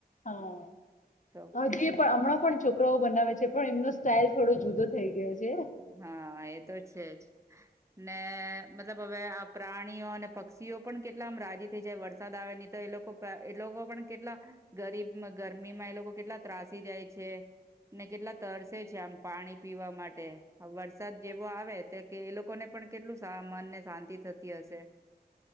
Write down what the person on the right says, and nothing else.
તો
હા, એતો છેજ ને મતલબ હવે, આ પ્રાણીઓ અને પક્ષીઓ પણ કેટલા આમ રાજી થઈ જાય વરસાદ આવેની તો એ લોકો એ લોકો પણ કેટલા ગરીબ ગરમીમાં એ લોકો કેટલા ત્રાસી જાય છને, કેટલા તરસે છે, આમ પાણી પીવા માટ હે વરસાદ જેવો આવે, તો કે એ લોકોને પણ કેટલું મનને શાંતિ થતી હશે.